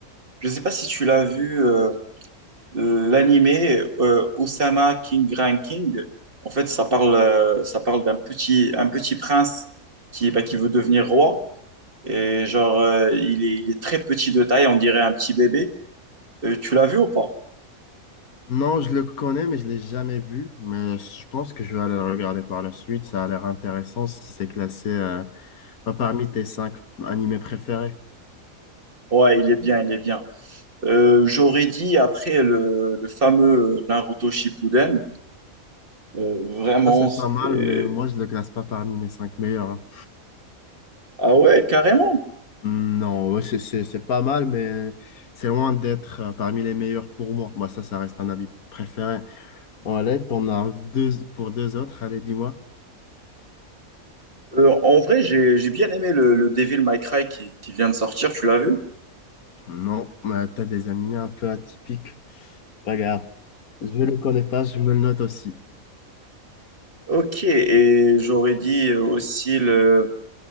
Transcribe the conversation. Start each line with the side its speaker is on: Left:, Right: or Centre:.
Right: je ne sais pas si tu l'as vu, euh, euh, l'animé euh, Osama King Ranking. En fait, ça parle, euh, ça parle d'un petit, un petit prince qui, bah, qui veut devenir roi. Et genre, euh, il est, il est très petit de taille, on dirait un petit bébé. Euh, tu l'as vu ou pas?
Left: Non, je le connais, mais je l'ai jamais vu. Mais je pense que je vais aller le regarder par la suite. Ça a l'air intéressant si c'est classé euh, bah, parmi tes cinq animés préférés.
Right: Ouais, il est bien, il est bien. Euh, j'aurais dit après le, le fameux Naruto Shippuden, euh, vraiment,
Left: Ça, c'est
Right: c'était...
Left: pas mal, mais moi, je le classe pas parmi mes cinq meilleurs. hein.
Right: Ah ouais, carrément.
Left: Hmm, Non, ouais, c'est c'est- c'est pas mal, mais c'est loin d'être euh, parmi les meilleurs pour moi. Bah, ça, ça reste un avis préféré. Bon, allez, t'en as deux pour deux autres. Allez, dis-moi.
Right: Euh, en vrai, j'ai j'ai bien aimé le, le Devil May Cry qui, qui vient de sortir, tu l'as vu?
Left: Non, mais t'as des animés un peu atypiques. Pas grave. Je le connais pas, je me le note aussi.
Right: Ok, et j'aurais dit euh, aussi le